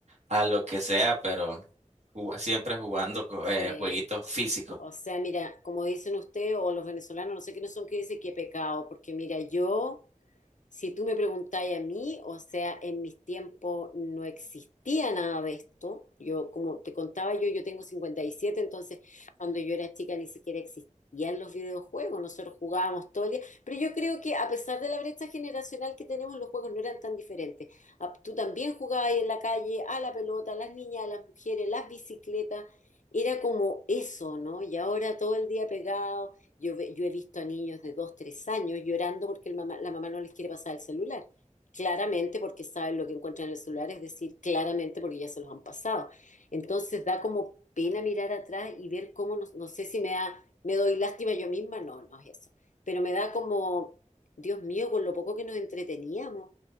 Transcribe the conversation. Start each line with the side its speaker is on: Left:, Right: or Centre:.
Right: a lo que sea, pero ju- siempre jugando co-
Left: sí.
Right: eh, jueguitos físicos.
Left: O sea, mira, como dicen ustedes o los venezolanos, no sé quiénes son que dicen qué pecado, porque mira, yo Si tú me preguntáis a mí, o sea, en mis tiempos no existía nada de esto. Yo, como te contaba yo, yo tengo 57, entonces cuando yo era chica ni siquiera existían los videojuegos, nosotros jugábamos todo el día. Pero yo creo que a pesar de la brecha generacional que tenemos, los juegos no eran tan diferentes. Ah, Tú también jugabas en la calle, a la pelota, las niñas, a las mujeres, las bicicletas. Era como eso, ¿no? Y ahora todo el día pegado. Yo, ve- yo he visto a niños de dos, tres años llorando porque el mamá- la mamá no les quiere pasar el celular. Claramente porque saben lo que encuentran en el celular, es decir, claramente porque ya se los han pasado. Entonces da como pena mirar atrás y ver cómo, no, no sé si me da, me doy lástima yo misma, no, no es eso. Pero me da como, Dios mío, con lo poco que nos entreteníamos.